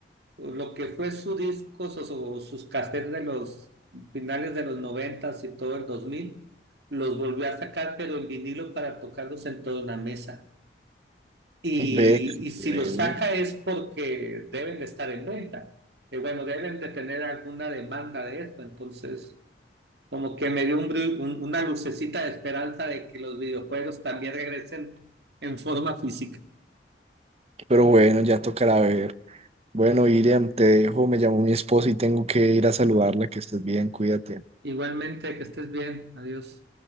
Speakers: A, on the right; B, on the right.
A: lo que fue su discos o, su- o sus cassettes de los finales de los noventas y todo el dos mil los volvió a sacar, pero en vinilo para tocarlos en toda una mesa. Y,
B: Ve,
A: y si
B: bueno,
A: los saca es porque deben de estar en venta, que bueno, deben de tener alguna demanda de esto. Entonces, como que me dio un un- una lucecita de esperanza de que los videojuegos también regresen en forma física.
B: pero bueno, ya tocará ver. Bueno, Iriam, te dejo, me llamó mi esposa y tengo que ir a saludarla, que estés bien, cuídate.
A: Igualmente, que estés bien. Adiós.